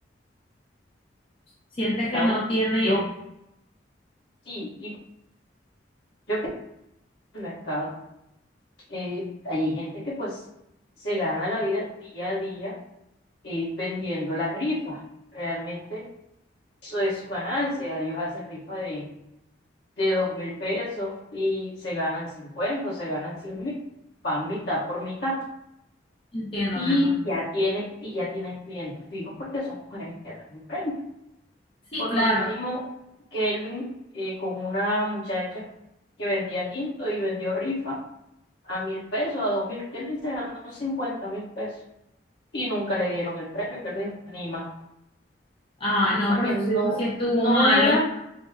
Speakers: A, on the left; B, on the left.
A: siente
B: mercado,
A: que no tiene,
B: yo sí, y yo que en el mercado, eh, hay gente que pues se gana la vida día a día eh, vendiendo las rifas. Realmente eso es su ganancia. Ellos hacen rifa de, de dos mil pesos y se ganan cincuenta se ganan cien mil, van mitad por mitad.
A: entiendo,
B: Y
A: mi amor.
B: ya tiene, y ya tienen clientes fijos porque son mujeres que dan un premio.
A: Sí,
B: Por
A: claro.
B: lo mínimo, Kelvin eh, con una muchacha que vendía tinto y vendió rifa a mil pesos, a dos mil, que él se ganó cincuenta mil pesos y nunca le dieron el premio, que él dijo, ni más,
A: Ah, no,
B: porque
A: pero eso,
B: no,
A: sí- eso sí estuvo
B: no
A: malo.
B: era,